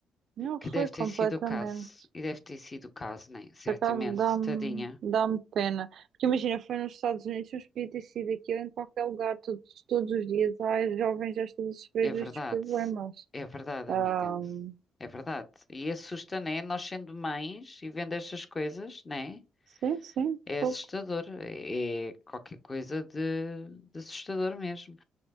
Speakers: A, on the right (about 65°); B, on the left (about 30°).
A: Não foi
B: que deve
A: completamente.
B: ter sido o caso, e deve ter sido o caso, né? Certamente,
A: Por acaso dá-me
B: tadinha,
A: dá-me pena. Porque imagina, foi nos Estados Unidos, mas podia ter sido aquilo em qualquer lugar, todos, todos os dias. Ai, os jovens já estão a sofrer
B: é verdade.
A: destes problemas.
B: É verdade,
A: Ahm,
B: amiga. É verdade. E assusta, né? Nós sendo mães e vendo estas coisas, né?
A: sim, sim,
B: É
A: fogo.
B: assustador, é qualquer coisa de, de assustador mesmo.